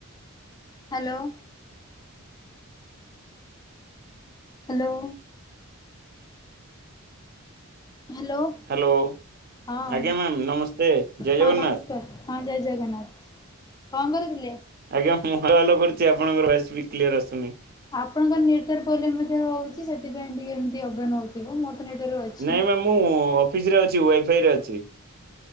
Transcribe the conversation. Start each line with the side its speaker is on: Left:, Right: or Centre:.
Left: Hello. Hello. Hello.
Right: Hello
Left: ହଁ
Right: ଆଜ୍ଞା ମ୍ୟାାମ ନମସ୍ତେ ଜୟ
Left: ହଁ
Right: ଜଗନ୍ନାଥ।
Left: ନମସ୍କାର ହଁ ଜୟ ଜଗନ୍ନାଥ କଣ କରୁଥିଲେ?
Right: ଆଜ୍ଞା ମୁଁ ଭଲ କରୁଛି ଆପଣଙ୍କର ଭଏସ ବି କ୍ଲିୟର ଆସୁନି।
Left: ଆପଣଙ୍କର ନେଟାର୍ ପ୍ରୋଲେମ୍ ମଧ୍ୟ ହଉଚି ସେଥିପାଇଁ ଟିକେ ଏମିତି ଅପ ଡାଉନ୍ ହଉଥିବ। ନେଟୱାର୍କ ଅଛି।
Right: ନାଇଁ ମ୍ୟାମ୍ ମୁଁ ଅଫିସରେ ଅଛି ୱାଇଫାଇ ରେ ଅଛି।